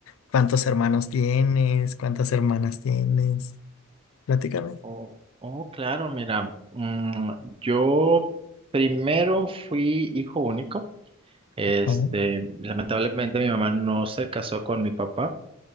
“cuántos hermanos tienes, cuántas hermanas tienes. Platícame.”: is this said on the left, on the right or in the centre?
Left